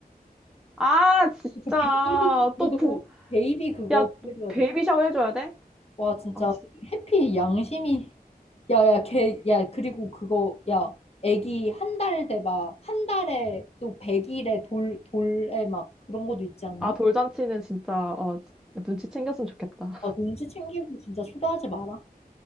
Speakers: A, in the centre; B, on the left.
A: 아 진짜
B: 그 베이비, 그래도
A: 또 부
B: 베이비 그거
A: 야
B: 해줘야
A: 베이비
B: 돼.
A: 샤워 해줘야 돼?
B: 와, 진짜
A: 아 진짜
B: 해피 양심이. 야, 야, 걔, 야, 그리고 그거, 야, 애기 한 달 돼 막, 한 달에 또 100일에 돌, 돌에 막 그런 것도 있지 않니?
A: 아 돌잔치는 진짜 어 눈치 챙겼으면 좋겠다.
B: 아, 눈치 챙기고 진짜 초대하지 마라.